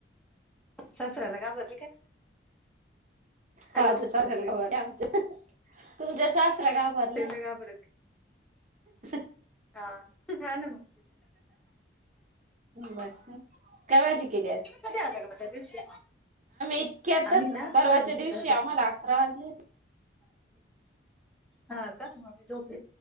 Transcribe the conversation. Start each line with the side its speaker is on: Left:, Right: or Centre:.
Centre: सासऱ्याला कााबरली काय हॅलो
Right: हाझ सऱ्याला गाभर आमच्या तुमच्या सासरा गाभरल्या
Centre: तिला घाबरते
Right: <inaudible>
Centre: हा नान म
Right: ब कावाजी क ग्यास
Centre: तुम्ही कधी आला का त्या दिवशी
Right: इतक्यातच
Centre: आम्ही ना
Right: परवाच्या
Centre: सोयबीजची
Right: दिवशी
Centre: प
Right: आम्हाला अकरा वाजले होते.
Centre: हा का झप